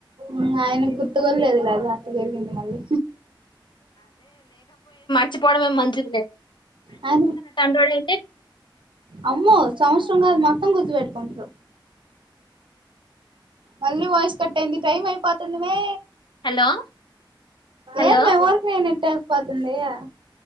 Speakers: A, on the right (about 75°); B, on the left (about 65°).
A: ఇంగ ఆయనక్ గుర్తు గూడలేదు ఇలా అదిగటి వెరిగింది మళ్ళీ
B: ర్చిపోవడమే మంచిదిలే
A: ఆయన
B: తండ్రోడు అంటే
A: అమ్మో సంవత్సరం కాదు మొత్తం గుర్తుపెట్టుకుంట్రూ మళ్ళీ వాయిస్ కట్ అయింది టైం అయిపోతందమే
B: హలో హలో
A: ఏంద్మే ఊర్కనేనె టై పోతుంది ఇగ